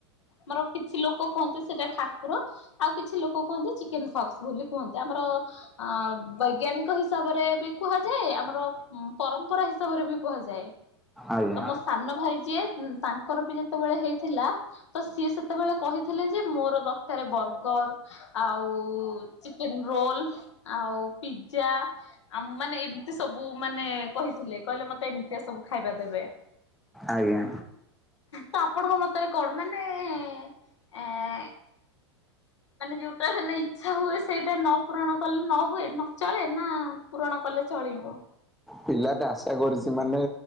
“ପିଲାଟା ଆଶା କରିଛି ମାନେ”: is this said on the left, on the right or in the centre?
Centre